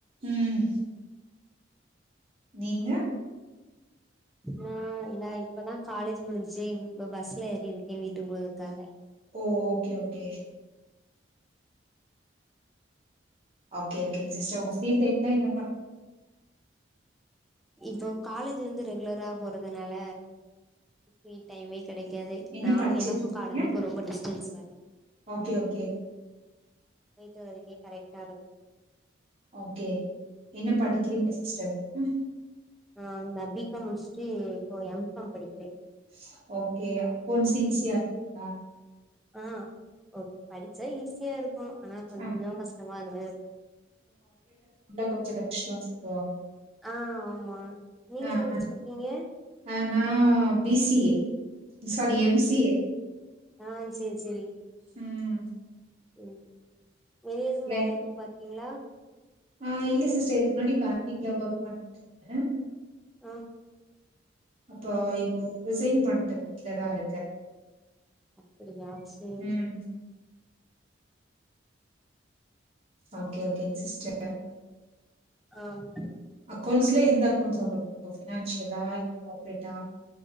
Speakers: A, on the right (about 30°); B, in the centre.
A: ம் நீங்க
B: நா எங்க இப்பதா காலேஜ் முடிஞ்ச்சி இப்ப பஸ்ல ஏறிருக்கே வீட்டுக்கு போவத்காக
A: ஓ ஓகே ஓகே ஓகே ஓகேங் சிஸ்டர் உங்க ஃப்ரீ டைம்ல என்ன பண்
B: இப்போ காலேஜூ வந்து ரெகுலரா போறதுனால ஃப்ரீ டைமேக் கெடைக்காது
A: என்ன
B: நானு
A: படிச்சிட்டு
B: எனக்கு
A: இருக்கீங்க
B: காலேஜுக்கு ரொம்ப டிஸ்டன்ஸ் வேற
A: ஓகே ஓகே
B: போயிட்டு வரதுக்கே கரெக்ட்டாருக்
A: ஓகே என்ன படிக்கிறீங்க சிஸ்டர் ம்
B: ஆ நா பி காம் முடிஸ்ட்டு இப்போ எம் காம் படிக்றே
A: ஸ் ஓகே அக்கவுன்ட்ஸ் ஈசியாருக்கா
B: ஆ ஒ படிச்சா ஈஸியாருக்கு ஆனா கொஞ்ச
A: அ
B: கஷ்டமா <unintelligible>
A: கொஞ்ச கஷ்டன் சொல்லுவாங்க
B: ஆ ஆமா நீங்க
A: அ,
B: என்ன படிச்சிருக்கீங்க
A: அ. அ நான் BCA sorry M C A
B: ஆ சேரி சேரி
A: ம்
B: ம் வெளிய எதுவு
A: இல்ல
B: வேல எதுவ பாக்றீங்ளா
A: ஆ இல்ல சிஸ்டர் இதுக்கு முன்னாடி பேக்கிங்ல ஒர்க் பண்ணிட்டு இருந்தே
B: ஆ
A: அப்போ இப்போ ரிசைன் பண்ணிட்டே வீட்லதா இருக்க
B: அப்படியா செரி
A: ம் ஓகே ஓகேன் சிஸ்டர்
B: ஆஹ்
A: அக்கௌண்ட்ஸ்ல எந்த அக்கௌண்ட்ஸ் உங்களுக்கு ஃபினான்ஷியலா கார்ப்ரேட்டா